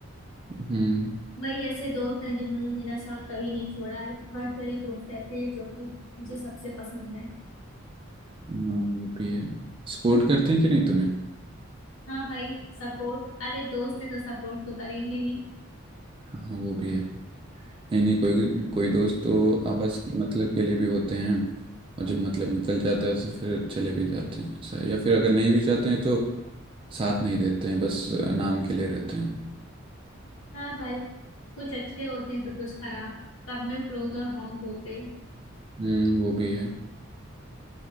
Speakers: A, on the right; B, on the left.
A: हम्म
B: वही ऐसे दोस्त हैं जिन्होंने मेरा साथ कभी नहीं छोड़ा है बस वही दोस्त ऐसे हैं जो कि मुझे सबसे पसंद है
A: हाँ वो भी है सपोर्ट करते हैं कि नहीं तुम्हें
B: हाँ भाई सपोर्ट अरे दोस्त है तो सपोर्ट तो करेंगे ही
A: हाँ वो भी है नहीं नहीं कोई कोई दोस्त तो आपस मतलब के लिए भी होते हैं और जब मतलब निकल जाता है तो फिर चले भी जाते हैं ऐसा है। या फिर अगर नहीं भी चाहते हैं तो साथ नहीं देते हैं बस नाम के लिए रहते हैं
B: हाँ भाई कुछ अच्छे होते हैं तो कुछ खराब सब में प्रोज और कॉन्स होते हैं
A: हम्म वो भी है